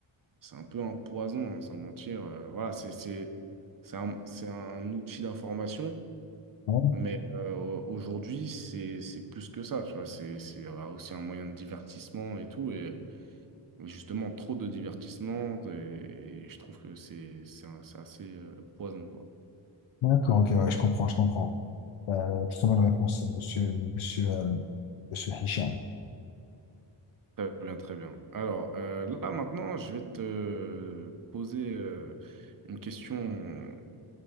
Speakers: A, on the right; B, on the left.
A: C'est un peu un poison, hein, sans mentir. Euh, voilà, c'est c'est- c'est un, c'est un outil d'information,
B: Ouais,
A: mais euh, aujourd'hui, c'est c'est plus que ça, tu vois. C'est c'est, euh, aussi un moyen de divertissement et tout. Et, et justement, trop de divertissement, et, et je trouve que c'est c'est un- c'est assez euh, poison, quoi.
B: D'accord, ok, ouais, je comprends, je comprends. Euh, très bonne réponse, monsieur, monsieur, euh, monsieur Hicham.
A: Très bien, très bien. Alors, euh, là, maintenant, je vais te poser euh, une question